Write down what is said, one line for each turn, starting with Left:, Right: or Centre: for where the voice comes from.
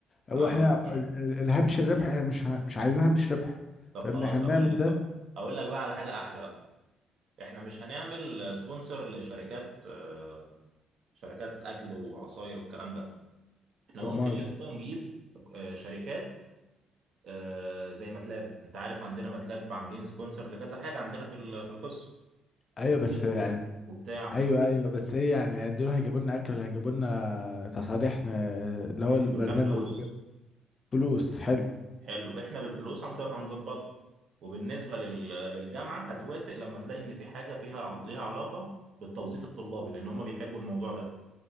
Left: هو
Right: اه
Left: احنا
Right: مم.
Left: ال- ال- الهامش الربح احنا مش ه- مش عايزين هامش ربح
Right: طب
Left: فاهم
Right: خلاص
Left: احنا بنعمل
Right: هقول لك
Left: ده
Right: بقى هقول لك بقى على حاجه احلى بقى احنا مش هنعمل سبونسر لشركات آه، شركات اكل وعصاير والكلام ده احنا ممكن
Left: امال
Right: يا اسطى نجيب آه، شركات آه، زي ماتلاب انت عارف عندنا ماتلاب عاملين سبونسر لكذا حاجه عندنا في ال- في القسم
Left: ايوه
Right: وسوليد
Left: بس
Right: وورك
Left: يعني
Right: وبتاع
Left: ايوه
Right: وبتاع.
Left: ايوه بس ايه يعني دول هيجيبوا لنا اكل هيجيبوا لنا تصاريح ن- اللي هو
Right: هيجيبوا
Left: البرنامج
Right: لنا فلوس
Left: وكده فلوس حلو
Right: حلو احنا بالفلوس هنز- هنظبطها وبالنسبه لل- للجامعه هتوافق لما تلاقي ان في حاجه فيها ع- ليها علاقه بالتوظيف الطلابي لان هم بيحبوا الموضوع ده